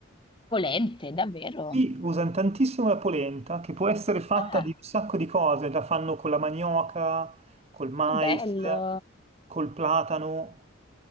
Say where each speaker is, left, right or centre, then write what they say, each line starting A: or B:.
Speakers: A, on the left; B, on the right.
A: Polente, davvero?
B: Qui usano tantissimo la polenta, che può essere fatta
A: Ah,
B: di un sacco di cose, la fanno con la manioca, col mais,
A: che bello!
B: col platano,